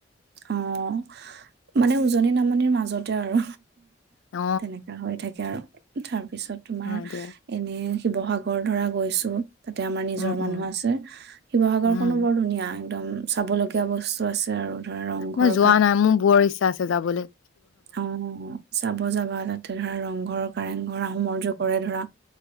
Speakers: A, on the right; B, on the left.
A: অঁ মানে উজনি নামনিৰ মাজতে আৰু
B: অ
A: তেনেককা হৈ থাকে আৰু। উঠাৰ। পিছত তোমাৰ
B: হয় দিয়া
A: এনে শিৱসাগৰ ধৰা গৈছো। তাতে আমাৰ নিজৰ
B: উম
A: মানুহ
B: উম
A: আছে শিৱসাগৰ
B: উম
A: খনো বৰ ধুনীয়া। একদম চাবলগীয়া বস্তু আছে আৰু। ধৰা ৰংঘৰ
B: মই যোৱা নাই মোৰ বোৰৰ ইচ্ছা আছে যাবলে।
A: অঁ চাব যাবা তাতে ধৰা ৰংঘৰ কাৰেংঘৰ আহোমৰ্ অজু কৰে ধৰা